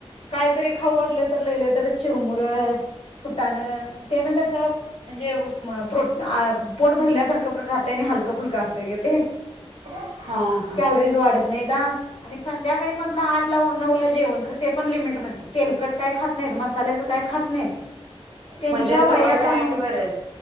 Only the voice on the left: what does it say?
काहीतरी खाऊ वाटलं तर लई लई तर चिरमुर फुटाणं तेन कसं म्हणजे प्रोट पोट भरल्यासारखं राहतं आणि हलकं फुलकं असत ग ते
कॅलरीज वाढत नाही आणि संध्याकाळी म्हटलं आठ ला नऊ ला जेवण करते पण लिमिटमध्येच तेलकट काय खात नाहीत मसाल्याच काय खात नाहीत त्यांच्या
वयाच्या
म्हणा